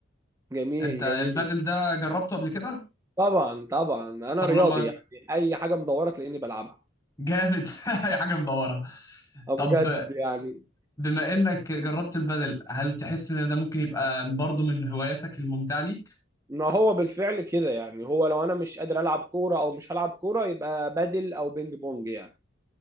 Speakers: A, on the right (about 15°); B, on the left (about 15°).
A: جميل
B: انت البادل
A: جميل
B: ده جربته قبل كده
A: طبعا طبعا انا
B: طب
A: رياضي
B: لما
A: يعني اي حاجه مدوره تلاقيني بلعبها
B: جامد <laughs> هي حاجة مدورة
A: اه
B: طب
A: بجد يعني
B: بما انك جربت البادل هل تحس ان ده ممكن يبقى برضه من هواياتك الممتعة ليك
A: ما هو بالفعل كده يعني هو لو انا مش قادر العب كوره او مش هلعب كوره يبقى بدل او بينج بونج يعني